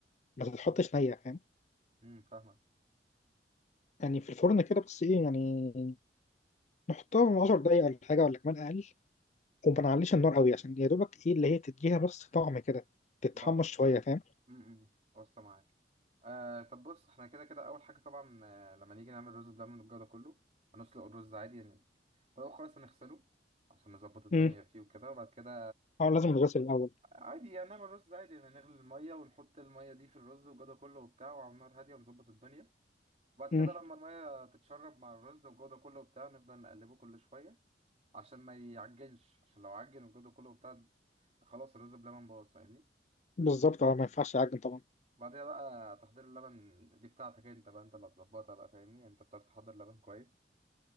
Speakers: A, on the left; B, on the right.
A: ما تتحطش
B: <laughs>
A: نية فاهم
B: امم فاهمك
A: يعني في الفرن كده بس ايه يعني نحطها من 10 دقايق ولا حاجة ولا كمان أقل وما نعليش النار قوي عشان يا دوبك ايه اللي هي تديها بس طعم كده تتحمص
B: ما
A: شوية فاهم
B: امم واصله معاك آه طب بص احنا كده كده اول حاجه طبعا آه لما نيجي نعمل رز بلبن والجو ده كله هنسلق الرز عادي يعني فالاول خالص هنغسله عشان نظبط الدنيا
A: امم
B: فيه وكده وبعد كده
A: اه لازم الغسل الأول
B: عادي يعني نعمل رز عادي يعني نغلي الميه ونحط الميه دي في الرز والجو ده كله وبتاع وعلى نار هاديه ونظبط الدنيا وبعد
A: امم
B: كده لما الميه تتشرب مع الرز والجو ده كله وبتاع نفضل نقلبه كل شويه عشان ما يعجنش عشان لو عجن والجو ده كله وبتاع خلاص الرز بلبن باظ فاهمني
A: بالظبط اه ما ينفعش يعجن طبعا
B: بعدها بقى تحضير اللبن دي بتاعتك انت بقى انت اللي هتظبطها بقى فاهمني انت بتعرف تحضر لبن كويس